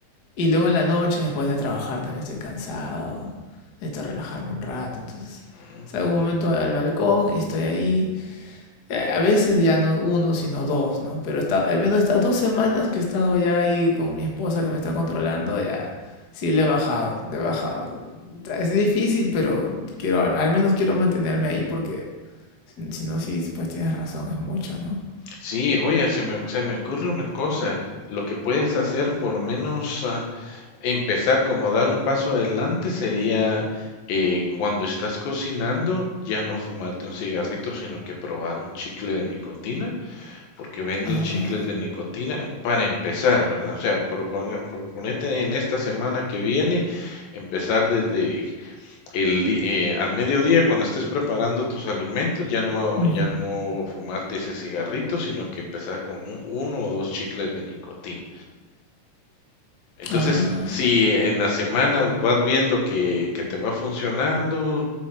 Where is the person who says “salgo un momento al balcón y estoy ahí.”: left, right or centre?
Left